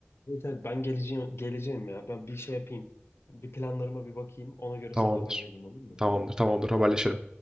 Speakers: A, on the left; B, on the right.
A: Evet, evet, ben geleceğim geleceğim ya. Ben bir şey yapayım. Bir planlarıma bir bakayım. Ona göre
B: Tamamdır.
A: sana haber vereyim olur mu?
B: Tamamdır. Tamamdır. Haberleşelim.